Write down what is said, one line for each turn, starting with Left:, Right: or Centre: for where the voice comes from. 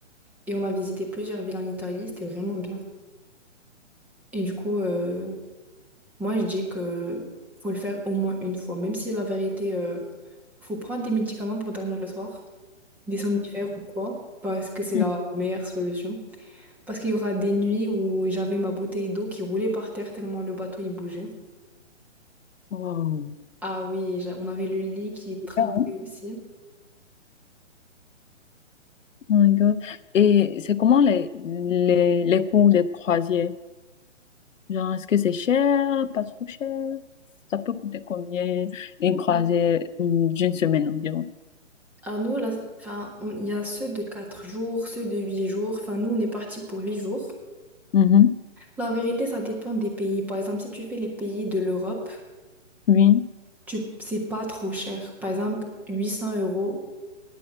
Centre: Et on a visité plusieurs villes en Italie, c'était vraiment bien. Et du coup, euh, moi, je dis que faut le faire au moins une fois, même si la vérité, euh, faut prendre des médicaments pour dormir le soir. des somnifères ou quoi, parce que c'est
Left: Oui.
Centre: la meilleure solution. Parce qu'il y aura des nuits où j'avais ma bouteille d'eau qui roulait par terre tellement le bateau il bougeait.
Left: Wow.
Centre: Ah oui, j'a- on avait le lit qui
Left: C'est
Centre: tremblait
Left: bien, hein?
Centre: aussi.
Left: Oh my God. Et c'est comment les, les, les cours des croisières? Genre, est-ce que c'est cher, pas trop cher? Ça peut coûter combien une croisée
Centre: Ouais.
Left: hum, d'une semaine environ?
Centre: Alors nous, là, enfin, on- il y a ceux de 4 jours, ceux de 8 jours. Enfin, nous, on est parti pour 8 jours.
Left: Mhm.
Centre: La vérité, ça dépend des pays. Par exemple, si tu fais les pays de l'Europe,
Left: Oui.
Centre: tu, c'est pas trop cher. Par exemple, 800 euros